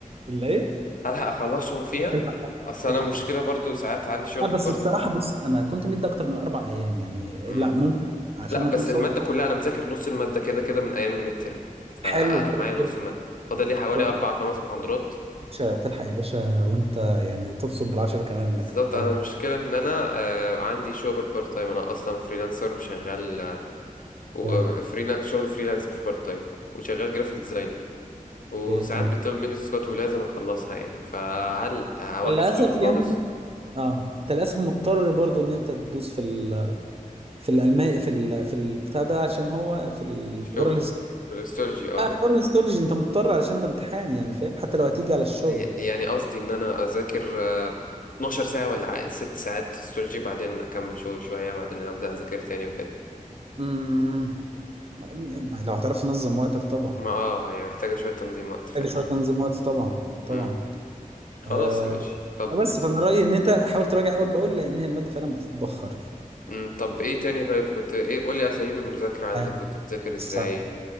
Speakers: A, on the right; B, on the left.
A: اللي ايه
B: هلحق أخلصهم فيها
A: تلحق طبعا
B: أصل
A: تلحق
B: أنا المشكلة
A: طبعا
B: برضو ساعات عندي شغل
A: لا بس
B: بارت
A: بصراحه بص انا كنت مدي اكتر من اربع ايام يعني
B: امم
A: لا ممكن عشان
B: لا بس
A: اكون صادق
B: المادة كلها أنا مذاكر نص المادة كده كده من أيام الميد ترم فأنا
A: حلو كويس
B: معايا نص
A: جدا
B: المادة فاضل لي حوالي
A: كويس
B: أربع خمس محاضرات
A: يا باشا تلحق يا باشا وانت يعني تبصم بالعشرة كمان انك
B: بالظبط
A: تطلع
B: أنا المشكلة إن أنا آه عندي شغل بارت تايم أنا أصلا فريلانسر وشغال آه و-
A: تمام
B: آه، فريلان... شغل فريلانس مش بارت تايم وشغال جرافيك ديزاين وساعات
A: ايه تمام
B: بيطلب مني تاسكات ولازم اخلصها يعني فهل هوقف
A: للاسف
B: شغل خالص
A: يعني اه انت للاسف مضطر برضو ان انت تدوس في ال في الالماني في ال في البتاع ده عشان هو في الاورال
B: الشغل الاستولوجي اه
A: لا الحوار الاستولوجي انت مضطر علشان ده امتحان يعني فاهم حتى لو هتيجي على الشغل
B: ي- يعني قصدي ان انا اذاكر آه، 12 ساعة ولا ع- ست ساعات استولوجي بعدين اكمل شغل شوية بعدين هبدأ اذاكر تاني وكده
A: امم ما- ما- لو هتعرف تنظم وقتك طبعا
B: ما اه يعني محتاجة شوية تنظيم وقت فعلا
A: محتاج شويه تنظيم وقت طبعا طبعا
B: امم خلاص
A: آه
B: ماشي طب
A: بس فانا رايي ان انت حاول تراجع اول باول لان هي الماده فعلا بتتبخر
B: مم. طب ايه تاني طيب كنت ايه قولي اساليب المذاكرة عندك
A: آه،
B: كنت بتذاكر ازاي
A: بص